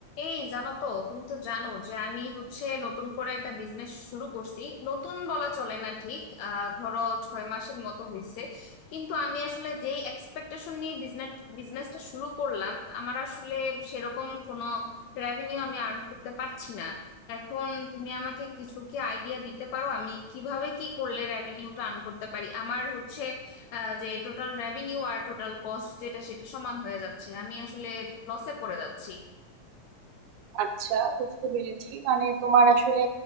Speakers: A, on the left; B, on the right.
A: এই জানো তো তুমি তো জানো যে আমি হচ্ছে নতুন করে একটা বিজনেস শুরু করছি নতুন বলা চলে না ঠিক আহ ধরো ছয় মাসের মতো হয়েছে কিন্তু আমি আসলে যে এক্সপেকটেশন নিয়ে বিজনেস বিজনেসটা শুরু করলাম আমার আসলে সেরকম কোনো রেভিনিউ আমি আর্ন করতে পারছি না এখন তুমি আমাকে কিছু কি আইডিয়া দিতে পারো আমি কিভাবে কি করলে রেভিনিউটা আর্ন করতে পারি আমার হচ্ছে আহ, যে টোটাল রেভিনিউ আর টোটাল কস্ট যেটা সেটা সমান হয়ে যাচ্ছে আমি আসলে লসে পড়ে যাচ্ছি
B: আচ্ছা বুঝতে পেরেছি মানে তোমার আসলে